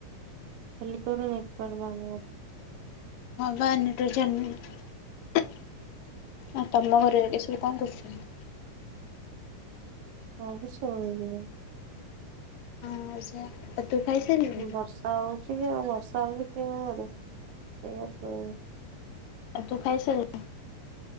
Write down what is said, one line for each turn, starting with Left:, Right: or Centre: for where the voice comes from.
Right: କହିଲି ତୋର ନେଟୱର୍କ ପାଉନି।
Left: ହଁ ବା ନେଟୱର୍କ ଚାଲ ଆଉ ତମ ଘରେ ଏ ସବୁ କଣ କରୁଛନ୍ତି?
Right: ସବୁ ଶୋଇଲେଣି
Left: ହଁ ସେୟା ତୁ ଖାଇସାରି
Right: ବର୍ଷା ହଉଛି କି ଆଉ ବର୍ଷା ହଉଛି କିଡିଶା ସେଇା ଶୁ
Left: ଆଉ ତୁ ଖାଇସରିଲୁଣି